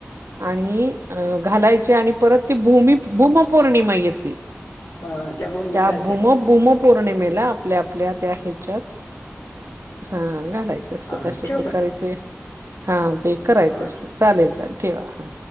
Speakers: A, on the right; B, on the left.
A: आणि अ घालायचे आणि परत ती भूमी भूमपौर्णिमा येते.
B: अं, भूमीत
A: त्या
B: घालतात
A: भूम भूमपौर्णिमेला आपल्या आपल्या त्या ह्याच्यात हा घालायच असतात.
B: हा
A: अशा
B: ठेवू
A: प्रकारे
B: का
A: ते हा ते करायच
B: हा
A: असत.
B: ठेव
A: चालेल चालेल ठेवा. हा